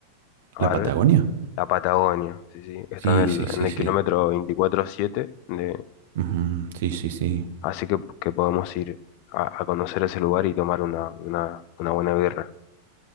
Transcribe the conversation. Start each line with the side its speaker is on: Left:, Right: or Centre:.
Left: a
Right: la Patagonia?
Left: ver, la Patagonia, sí, sí, está
Right: Sí,
Left: en el,
Right: sí, sí,
Left: en el
Right: sí.
Left: kilómetro 24-7, de-
Right: Ujú, Sí, sí, sí.
Left: así que, que podemos ir a, a conocer ese lugar y tomar una, una, una buena birra.